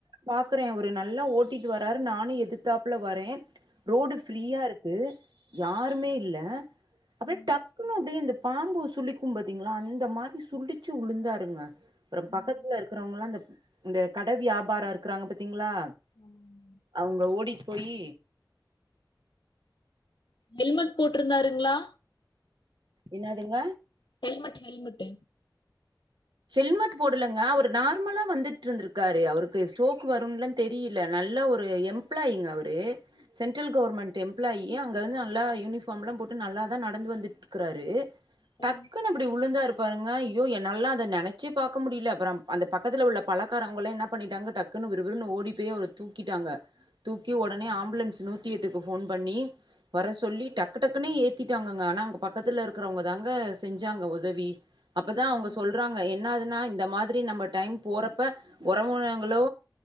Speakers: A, on the right (about 70°); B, on the left (about 70°).
A: பாக்கறன் அவரு நல்லா ஓட்டிட்டு வராரு நானு எதுதாப்புல வரேன் ரோடு ஃப்ரீயா இருக்கு யாருமே இல்ல அப்டியே
B: ம்.
A: டக்குணு அப்டியே இந்த பாம்பு சுளிக்கும் பத்தீங்ளா அந்த மாரி சுலிச்சு வுழுந்தாருங்க அப்றோ
B: ம்.
A: பக்கத்துல இருக்கறவங்கல்லா அந்த அந்த கட வியாபாரோ க்கறாங்க பத்தீங்ளா
B: ஆமாங்க.
A: அவுங்க ஓடி போயி
B: ஹெல்மெட் போட்டிருந்தாருங்ளா
A: என்னாதுங்க
B: ஹெல்மெட்டு ஹெல்மெட்டு
A: ஹெல்மெட் போடலங்க அவரு நார்மலா வந்துட்டுருந்தி க்காரு அவருக்கு ஸ்டோக் வருன்னல்லா தெரில நல்ல ஒரு எம்ப்ளாயிங்க அவரு சென்டரல் கவர்மென்ட் எம்ப்ளாயி ஏன் அங்கிருந்து நல்லா யூனிஃபார்ம் எல்லாம் போட்டு நல்லாதான் நடந்து வந்துட்டுக்கிறாரு டக்குன்னு
B: ம்
A: வுழுந்தாருப்பாருங்க அய்யோ என்னாலல்லா நெனச்சே பாக்க முடில அப்பறம் அந்த பக்கத்தில உள்ள பழக்காரங்கல்லா என்ன பண்ணிட்டாங்க டக்குன்னு விறு விறுன்னு ஓடி போய் அவர தூ க்கிட்டாங்க தூக்கி உடனே ஆம்புலன்ஸ் நூத்தி எட்டுக்கு ஃபோன் பண்ணி வர சொல்லி டக்கு டக்குனு ஏத்தி க்கிட்டாங்கங்க ஆனா அங்க பக்கத்துல இருக்கறவங்கதாங்க செஞ்சாங்க உதவி அப்தான் அவுங்க
B: ம்
A: சொல்றாங்க என்னாதுன்னா இந்த மாதிரி நம்ம டைம் போறப்ப உறவுனங்களு